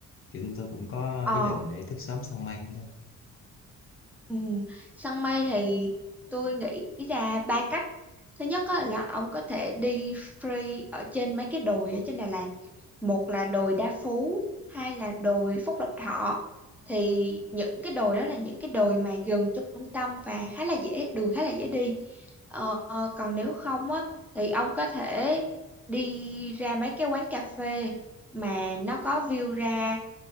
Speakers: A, on the left; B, in the centre.
A: kiểu tụi tôi cũng có
B: Ờ,
A: ý định để thức sớm săn mây
B: Ừ, săn mây thì tôi nghĩ ra ba cách. Thứ nhất á, là ông có thể đi free ở trên mấy cái đồi ở trên Đà Lạt. Một là đồi Đa Phú, hai là đồi Phúc Lộc Thọ. Thì những cái đồi đó là những cái đồi mà gần trung tâm và khá là dễ, đường khá là dễ đi. Ờ, còn nếu không á, thì ông có thể đi ra mấy cái quán cà phê mà nó có view ra